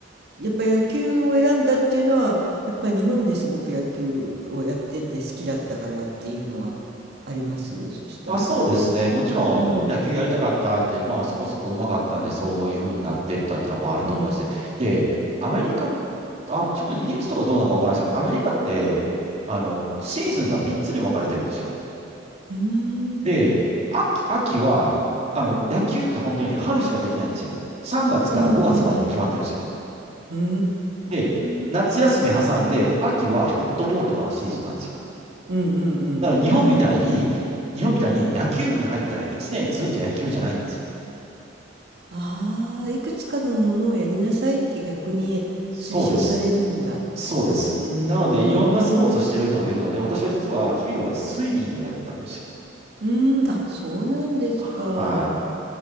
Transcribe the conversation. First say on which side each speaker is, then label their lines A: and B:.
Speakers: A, on the right; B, on the right.
A: やっぱ野球を選んだっていうのは、やっぱり日本ですごく野球をやってて好きだったからっていうのはありますそしたら。
B: あ、そうですね。もちろん、
A: うん、
B: 野球やりたかったって、まあ、そこそこ上手かったんで、そういう風になってったってのもあると思いますし。
A: うん、
B: で、アメリカ、あ、ちょっとイギリスとかどうなのかわからないですけど、アメリカって、あの、シーズンが3つに分かれてるんですよ。
A: うーん、
B: で、秋、秋は、あの、野球って本当に春しかできないんですよ。3月から5月までって決まってるんですよ。
A: うん、うん、うん、うーん、
B: で、
A: うん、
B: 夏休み挟んで、秋はフットボールとかのシーズンなんですよ。
A: うん、う
B: だから日本みたいに、
A: んなイメージします。
B: 日本みたいに野球部に入ったら1年ずっと野球じゃないんです。
A: ああ、いくつかのものをやりなさいって逆に推奨されるんだ。
B: そうです。そうです。
A: うー
B: なので、いろんなスポーツをしてる人もいるので、
A: ん、
B: 私は実は冬はスイミングをやってたんです。
A: うーん、あ、そうなんですか。
B: は